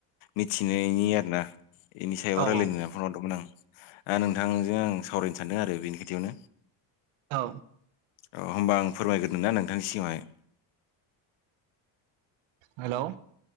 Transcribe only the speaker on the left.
मिथिनायनि आरोना बेनि सायाव
रायज्लायनो
होननानै फन हरदोंमोन आं ओ नोंथांजों आं सावरायनो सानदों आरो बेनि खोथियावनो
औ होमबा आं फोरमायग्रोदों ना नोंथांनि सिगाङावहाय।